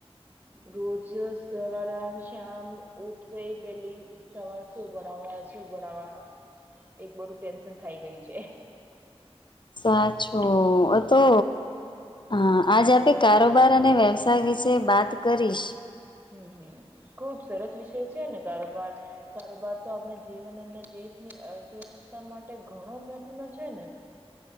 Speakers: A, on the right; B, on the left.
A: રોજ સવાર શામ ઉઠે ઇ પહેલી સવાર શું બનાવવા શું બનાવવા એક બધું ટેન્શન થઈ ગઇ છે.
B: સાચું અ તો હા આજ આપણે કારોબાર અને વ્યવસાય વિશે બાત કરીશ.
A: હમ હમ ખુબ સરસ વિષય છે ને કારોબાર. કારોબાર તો આપણે જીવન અને દેશની અર્થવ્યવસ્થા માટે ઘણો મહત્વનો છે ને